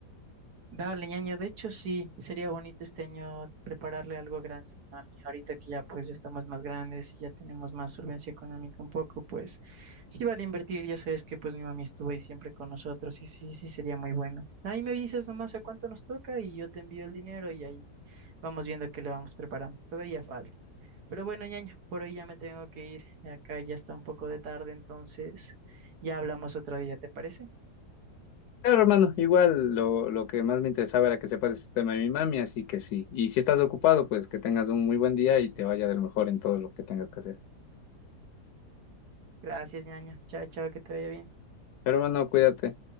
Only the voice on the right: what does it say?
Dale, ñaño, de hecho sí, sería bonito este año prepararle algo grande a mi mami. Ahorita que ya pues ya estamos más grandes, ya tenemos más solvencia económica un poco, pues sí vale invertir, ya sabes que pues mi mami estuvo ahí siempre con nosotros y sí, sí sería muy bueno. Ahí me avisas nomás a cuánto nos toca y yo te envío el dinero y ahí vamos viendo qué le vamos preparando. Todavía falta. Pero bueno, ñaño, por hoy ya me tengo que ir, acá ya está un poco de tarde, entonces ya hablamos otro día, ¿te parece?
Gracias, ñaño. Chao, chao, que te vaya bien.